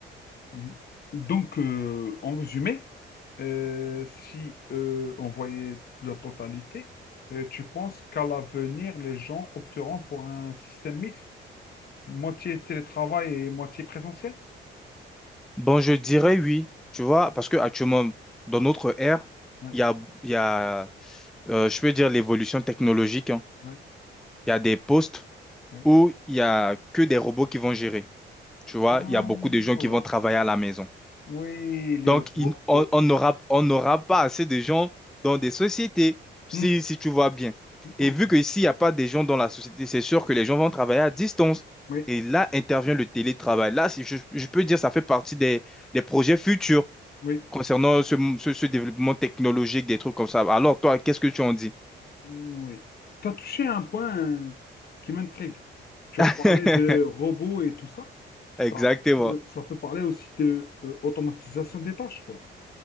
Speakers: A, on the left; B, in the centre.
A: Mhm. Donc, euh, en résumé, euh, si euh, on voyait la totalité, euh, tu penses qu'à l'avenir, les gens opteront pour un système mixte, moitié télétravail et moitié présentiel?
B: Bon, je dirais oui, tu vois, parce que actuellement, dans notre ère,
A: Ouais,
B: il y a, il y a euh, je peux dire l'évolution technologique, hein.
A: ouais,
B: Il y a des postes
A: ouais.
B: où il y a que des robots qui vont gérer. Tu vois,
A: Ah,
B: il y a beaucoup de gens qui
A: ouais.
B: vont travailler à la maison.
A: Oui, les
B: Donc,
A: robots.
B: il- on on
A: ouais.
B: n'aura on n'aura pas assez de gens dans des sociétés, si,
A: Mm,
B: si tu vois bien.
A: ok.
B: Et vu que s'il n'y a pas des gens dans la société, c'est sûr que les gens vont travailler à distance.
A: Oui,
B: Et là intervient le télétravail. Là, si je, je peux dire, ça fait partie des, des projets futurs
A: oui.
B: concernant ce, ce ce développement technologique, des trucs comme ça. Alors, toi, qu'est-ce que tu en dis?
A: Oui. Tu as touché un point euh, qui m'intrigue. Tu
B: <laughs>
A: as parlé de robots et tout ça. Ça
B: Exactement.
A: peut, ça peut parler aussi de euh, automatisation des tâches, quoi.